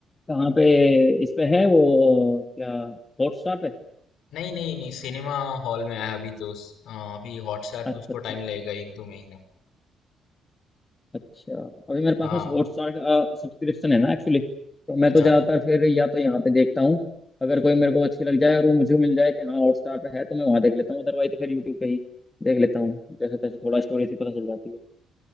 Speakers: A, on the left; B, on the left.
A: कहाँ पे इस पे है वो क्या हॉटस्टार पे
B: नहीं नहीं नहीं सिनेमा हॉल में आया अभी तो स- हाँ, अभी हॉटस्टार
A: अच्छा
B: पे उसको
A: अच्छा
B: टाइम
A: अच्छा
B: लगेगा एक दो महीना
A: अच्छा अभी मेरे पास
B: हाँ
A: में हॉटस्टार सब्सक्रिप्शन है ना एक्चुअली तो मैं
B: अच्छा
A: तो ज़्यादातर फिर या तो यहाँ पे देखता हूँ अगर कोई मेरे को अच्छी लग जाए और वो मुझे मिल जाए कि हाँ हॉटस्टार पे है तो मैं वहाँ देख लेता हूँ अदरवाइज तो फिर यूट्यूब पे ही देख लेता हूँ जैसे तैसे थोड़ा स्टोरी से पता चल जाती है